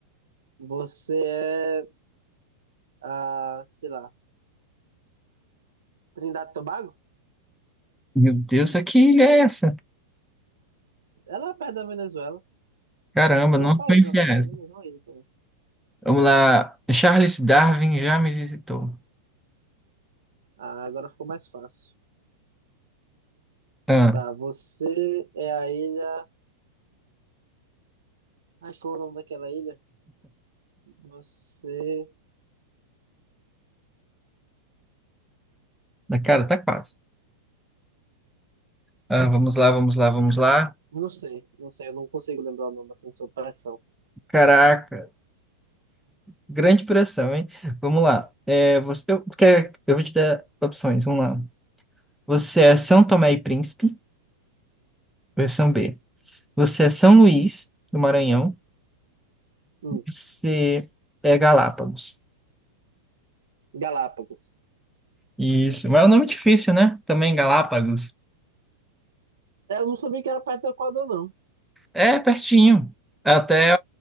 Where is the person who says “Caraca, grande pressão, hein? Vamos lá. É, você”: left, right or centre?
Centre